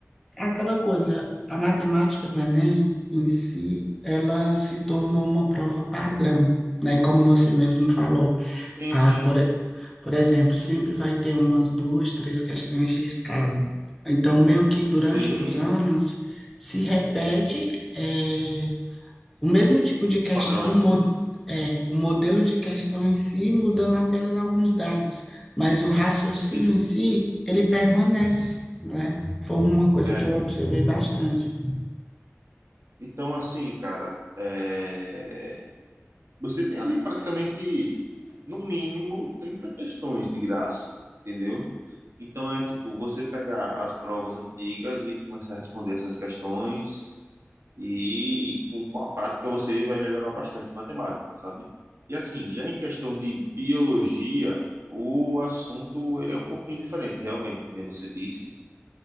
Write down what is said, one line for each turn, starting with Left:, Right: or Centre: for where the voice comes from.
Centre: aquela coisa, a matemática do Enem em si, ela se tornou uma prova padrão, né? Como você mesmo falou.
Right: sim,
Centre: Ah,
Right: sim,
Centre: por, e- por exemplo, sempre vai ter umas duas, três questões de escala. Então, meio que durante
Right: sim,
Centre: os anos se repete eh, o mesmo tipo de questão,
Right: os padrões,
Centre: mo- eh, o modelo de questão em si, mudando apenas alguns dados, mas o raciocínio
Right: sim,
Centre: em si, ele permanece, né? Foi uma coisa
Right: é.
Centre: que eu observei bastante.
Right: Então, assim, cara, é, você tem ali praticamente, no mínimo, 30 questões de graça, entendeu? Então é tipo, você pegar as provas antigas e começar a responder essas questões E com, com a prática você vai melhorar bastante em matemática, sabe? E assim, já em questão de biologia, o assunto ele é um pouquinho diferente, realmente, que nem você disse,